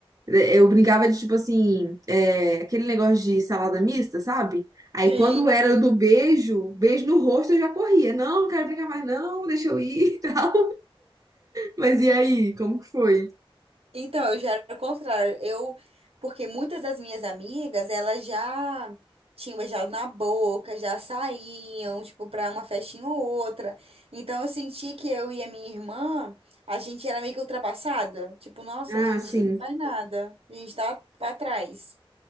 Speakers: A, on the right (about 35°); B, on the right (about 80°).
A: é, Eu brincava de, tipo assim, é, aquele negócio de salada mista, sabe? Aí
B: Sim,
A: quando era
B: sim.
A: do beijo, beijo no rosto, eu já corria. Não, não quero brincar mais, não, deixa eu ir <laughs> e tal. Mas e aí, como que foi?
B: Então, eu já era o contrário. Eu, porque muitas das minhas amigas, elas já tinham beijado na boca, já saíam, tipo, pra uma festinha ou outra. Então, eu senti que eu e a minha irmã, a gente era meio que ultrapassada. Tipo, nossa,
A: Ah,
B: a gente
A: sim.
B: não faz nada. A gente tá pra trás.